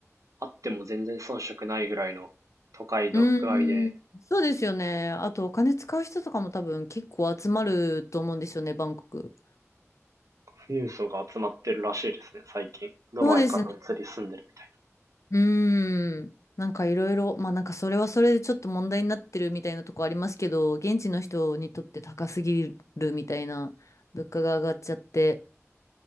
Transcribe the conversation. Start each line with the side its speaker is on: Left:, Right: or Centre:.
Right: あっても全然遜色ないぐらいの都会の具合で、
Left: うーん。そうですよね。あとお金使う人とかも多分結構集まると思うんですよね、バンコク。
Right: 富裕層が集まってるらしいですね、最近。ドバイから移り住んでるみたい
Left: そうですね。うーん。なんかいろいろ、まあなんかそれはそれでちょっと問題になってるみたいなとこありますけど、現地の人にとって高すぎるみたいな物価が上がっちゃって。